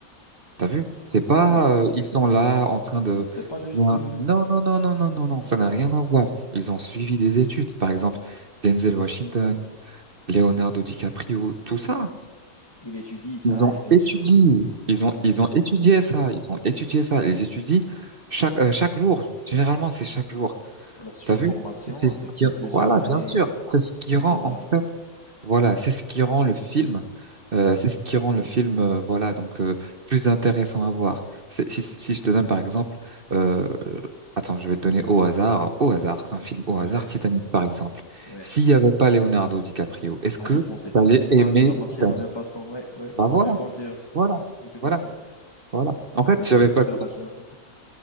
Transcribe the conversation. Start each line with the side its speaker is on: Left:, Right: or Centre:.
Right: T'as vu?
Left: Euh,
Right: C'est pas,
Left: d'accord.
Right: euh, ils sont là en train de
Left: Alors, c'est pas juste...
Right: bien.
Left: euh,
Right: Non, non, non, non, non, non, non,
Left: d'accord.
Right: ça n'a rien à voir. Ils ont suivi des études. Par exemple, Denzel Washington, Leonardo DiCaprio, tout ça.
Left: Il étudie ça,
Right: Ils ont
Left: et bien
Right: étudié.
Left: sûr.
Right: Ils
Left: Alors,
Right: ont,
Left: c'est...
Right: ils ont étudié
Left: Exactement.
Right: ça. Ils ont étudié ça. Ils étudient chaque, euh, chaque jour. Généralement, c'est chaque jour.
Left: Alors, c'est
Right: T'as
Left: une
Right: vu?
Left: formation
Right: C'est
Left: avec
Right: ce qui,
Left: de plusieurs
Right: voilà,
Left: années,
Right: bien sûr. C'est ce qui rend,
Left: c'est pas...
Right: en fait, voilà, c'est ce qui rend le film, euh, c'est ce qui rend le film, euh, voilà, donc euh, plus intéressant à voir. C'est- Si, si je te donne par exemple, euh, attends, je vais te donner au hasard, au hasard, un film au hasard,
Left: Ouais,
Right: Titanic par exemple.
Left: ouais.
Right: S'il n'y avait pas Leonardo DiCaprio, est-ce
Left: Ah,
Right: que
Left: je pensais
Right: tu
Left: pas
Right: allais
Left: qu'il
Right: aimer
Left: va, qu'il va marcher
Right: Titanic?
Left: de la même façon. Ouais, ouais, ouais,
Right: Bah voilà,
Left: je confirme.
Right: voilà,
Left: Ouais, je confirme.
Right: voilà, voilà. En
Left: Ah,
Right: fait,
Left: peut-être
Right: j'avais
Left: que
Right: pas,
Left: tu l'auras jamais regretté.